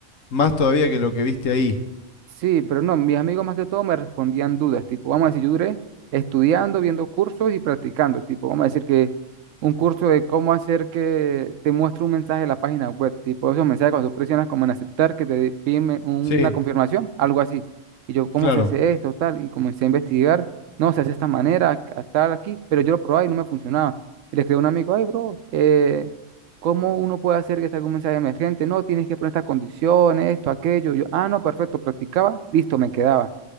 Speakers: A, on the left (about 80°); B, on the right (about 75°).
A: más todavía que lo que viste ahí.
B: Sí, pero no, mis amigos más que todo me respondían dudas, tipo, vamos a decir, yo duré estudiando, viendo cursos y practicando, tipo, vamos a decir que un curso de cómo hacer que te muestre un mensaje en la página web, tipo, esos mensajes cuando tú presionas como en aceptar, que te piden me- una
A: Sí,
B: confirmación, algo así. Y yo, ¿cómo
A: claro,
B: se hace esto, tal? Y comencé a investigar, no, se hace de esta manera, a tal aquí, pero yo lo probaba y no me funcionaba. Y le escribí a un amigo, ay, bro, eh, ¿Cómo uno puede hacer que salga un mensaje emergente? No, tienes que poner estas condiciones, esto, aquello. Yo, ah, no, perfecto, practicaba, listo, me quedaba.